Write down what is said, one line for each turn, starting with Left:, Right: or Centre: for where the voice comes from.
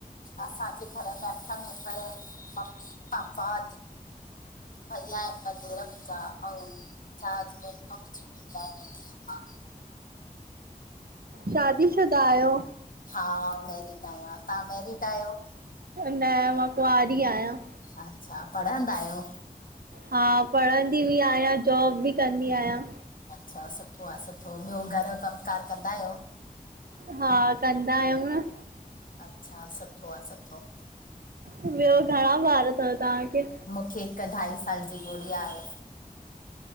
Left: असां अठ घर में अठ मेंबर आहिनि ममी पापा <unintelligible> भइया आहिनि म मुंहिंजा अऊं <unintelligible> हिन हसब अमजी कुराए नदी अम <unintelligible>
Right: शादी शुदा आहियो?
Left: हा मैरिड आहियां, तव्हां मैरिड आयो?
Right: न मां कुआंरी आहियां,
Left: अच्छा-पढ़ंदा आयो?
Right: हा पढ़ंदी बि आहियां, जॉब बि कंदी आहियां,
Left: अच्छा सुठो, आ सुठो, ॿियो घर जो कमकार कंदा आयो?
Right: हा कंदा आहियूं न,
Left: अच्छा- सुठो आ सुठो,
Right: ॿियो घणा ॿार तव तव्हांखे?
Left: -खे हिकु ढाई साल जी गुड़िया आहे,